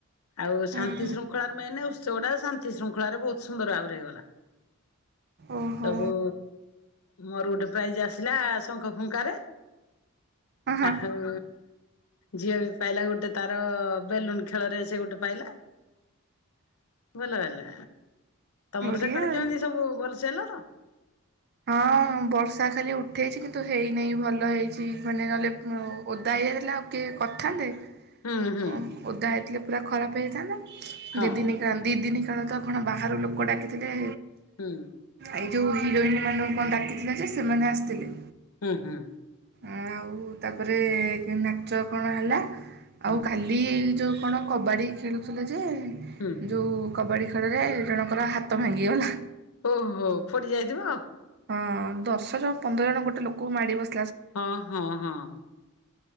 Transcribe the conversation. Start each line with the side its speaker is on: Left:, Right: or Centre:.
Left: ଆଉ ଶାନ୍ତି
Right: ହଁ
Left: ଶୃଙ୍ଖଳା ମେନେ ଉତ୍ସବଟା ଶାନ୍ତି ଶୃଙ୍ଖଳାରେ ବହୁତ ସୁନ୍ଦର ଭାବରେ ହେଇଗଲା।
Right: ଓହୋ
Left: ସବୁ ମୋର ଗୋଟେ ପ୍ରାଇଜ ଆସିଲା ଶଙ୍ଖ ଫୁଙ୍କାରେ।
Right: ହଁ ହଁ
Left: ଆ ହଉ ଝିଅ ବି ପାଇଲା ଗୋଟେ ତାର ବେଲୁନ ଖେଳରେ ସେ ଗୋଟେ ପାଇଲା। ଭଲ ହେଲା। ତମର
Right: ବଢ଼ିଆ
Left: ସେ କଡେ
Right: ଆଉ।
Left: କେମିତି ସବୁ ଭଲସେ ହେଲା ତ?
Right: ହଁ ବର୍ଷା ଖାଲି ଉଠେଇଛି କିନ୍ତୁ ହେଇନାହିଁ ଭଲ ହେଇଛି ମାନେ ନହେଲେ, ଓଦା ହେଇଯାଇଥିଲେ ଆଉ କିଏ କରିଥାନ୍ତେ?
Left: ହୁଁ ହୁଁ
Right: ଓ ଓଦା ହେଇଥିଲେ ପୁରା ଖରାପ ହେଇଥାନ୍ତା।
Left: ହଁ
Right: ଦି ଦିନ କା ଦି ଦିନ କାଳ ତ ବାହାରୁ ଲୋକ ଡାକିଥିଲେ।
Left: ହୁଁ।
Right: ଏଇ ଯୋଉ ହିରୋଇନ୍‌ ମାନଙ୍କୁ କଣ ଡାକିଥିଲେ ଯେ ସେମାନେ ଆସିଥିଲେ।
Left: ହୁଁ ହୁଁ।
Right: ଆଉ ତାପରେ ନାଚ କଣ ହେଲା
Left: ହୁଁ
Right: ଆଉ କାଲି ବିଲ୍ ଯୋଉ କଣ କବାଡ଼ି ଖେଳୁଥିଲେ ଯେ,
Left: ହୁଁ।
Right: ଯୋଉ କବାଡ଼ି ଖେଳରେ ଜଣଙ୍କର ହାତ ଭାଙ୍ଗିଗଲା।
Left: ଓହୋ ଫୋଡି ଯାଇଥିବ ଆଉ।
Right: ହଁ ଦଶ ଜଣ ପନ୍ଦର ଜଣ ଗୋଟେ ଲୋକଙ୍କୁ ମାଡି ବାସି
Left: ହଁ ହଁ ହଁ।